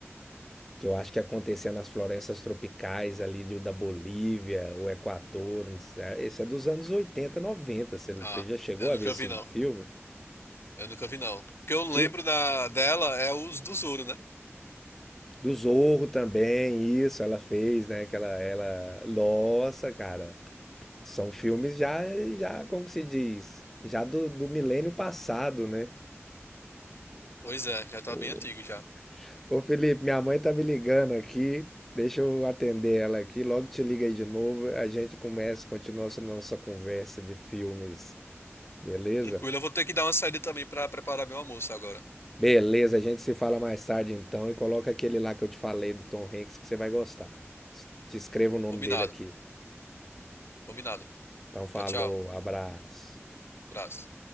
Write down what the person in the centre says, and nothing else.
Que eu acho que acontecia nas florestas tropicais ali de- da Bolívia, o Equador, não sei. é, Esse é dos anos oitenta noventa, Você, você
já chegou
a
ver esse
filme?
Ti-
Do Zorro também, isso, ela fez, né? Que ela, ela... Nossa, cara. São filmes já, já, como que se diz? Já do, do milênio passado, né?
Ô,
ô Felipe, minha mãe tá me ligando aqui. Deixa eu atender ela aqui. Logo te liga aí de novo. A gente começa, continua essa nossa conversa de filmes. Beleza?
Beleza, a gente se fala mais tarde então e coloca aquele lá que eu te falei do Tom Hanks que você vai gostar. Te escrevo o nome
dele aqui.
Então falou,
abraço.